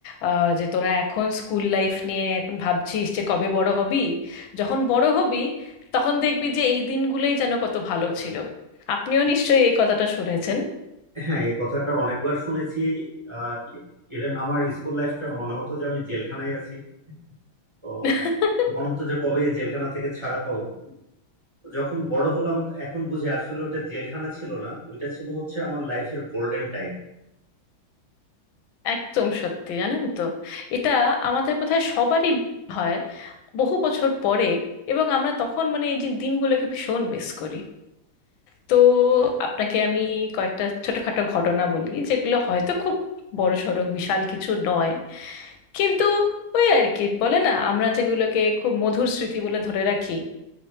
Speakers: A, on the left; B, on the right.
A: আহ, যে তোরা এখন স্কুল লাইফ নিয়ে এখন ভাবছিস যে কবে বড় হবি যখন বড় হবি তখন দেখবি যে এই দিনগুলোই যেন কত ভালো ছিল আপনিও নিশ্চয়ই এই কথাটা শুনেছেন
B: হ্যাঁ এই কথাটা অনেকবার শুনেছি আহ ইভেন আমার স্কুল লাইফটা মনে হতো যে আমি জেলখানায় আছি তো
A: <laughs>
B: মনে হতো যে কবে এই জেলখানা থেকে ছাড়া পাবো তো যখন বড় হলাম এখন বুঝি আসলে ওটা জেলখানা ছিল না ওইটা ছিল হচ্ছে আমার লাইফের গোল্ডেন টাইম
A: একদম সত্যি জানেন তো এটা আমাদের বোধহয় সবারই হয় বহু বছর পরে এবং আমরা তখন মানে এই যে দিনগুলোকে ভীষণ মিস করি তো আপনাকে আমি কয়েকটা ছোটখাটো ঘটনা বলি যেগুলো হয়তো খুব বড়সড় বিশাল কিছু নয় কিন্তু ওই আর কি বলে না আমরা যেগুলোকে খুব মধুর স্মৃতি বলে ধরে রাখি